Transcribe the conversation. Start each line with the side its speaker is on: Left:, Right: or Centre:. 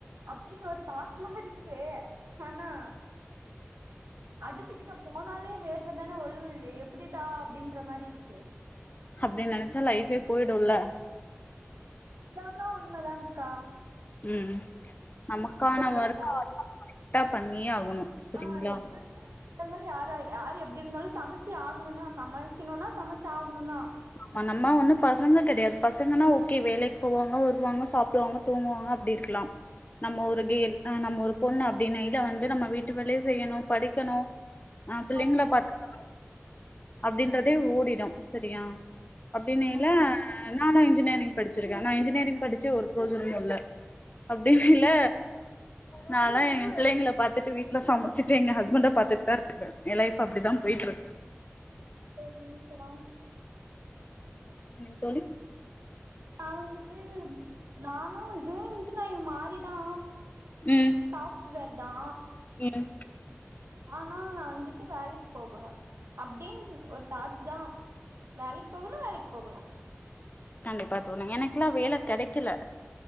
Right: அப்டின் ஒரு தாட்லா இருக்கு ஆனா அடுப்பு கிட்ட போனாலே வேர்வதான ஒழுவுது எப்டிடா அப்டின்ற மாரி இருக்கே
Left: அப்டி நெனச்சா லைஃபே போயிடுல்ல
Right: இது ஆனா உண்மதாங்க்கா
Left: உம் நமக்கான
Right: எப்டி
Left: ஒர்க்க
Right: இருந்தா
Left: கரெக்டா பண்ணியே ஆகணு சரிங்களா
Right: ஆ எப்டி அந்த <unintelligible> யாரா யார் எப்டி இருந்தாலு சமச்சி ஆகணுனா சமைக்கணுனா சமச்சு ஆகணுனா
Left: ஆமா நம்ம ஒன்னு பசங்க கெடையாது பசங்கன்னா ஓகே வேலைக்கு போவாங்க வருவாங்க சாப்டுவாங்க தூங்குவாங்க அப்டிருக்லாம் நம்ம ஒரு கேல் அ நம்ம ஒரு பொண்ணு அப்டின்னு இத வந்து நம்ம வீட்டு வேலயு செய்யணு படிக்கணு ஆ பிள்ளைங்கள
Right: ஆமா
Left: பாத்துக்கனு அப்டின்றதே ஓடிடு செரியா அப்டின்னைல
Right: ஆமாங்க்கா
Left: நானு இன்ஜினியரிங் படிச்சிருக்கே நா இன்ஜினியரிங் படிச்சி ஒரு ப்ரோஜனமு இல்ல அப்டின்னைல நாலா எ பிள்ளைங்கள பாத்துட்டு வீட்ல சமச்சிட்டு எங்க ஹஸ்பண்ட பாத்துட்டுதா இருக்கே என்லைஃப் அப்டிதா போயிட்டுருக்கு
Right: பண்ணி இருக்கலாம்
Left: என்னங் தோழி
Right: நா வந்துட்டு நானு பி ஏ இன்ஜினியரிங் மாறி தா
Left: ம்
Right: சாப்ட்வேர்தா
Left: ம்
Right: ஆனா நா வந்துட்டு வேலைக் போகணு அப்டின்னு ஒரு தாட்டுதா வேலைக் போகணு வேலைக் போகணு
Left: கண்டிப்பா தோழி எனக்குலா வேல கெடக்கில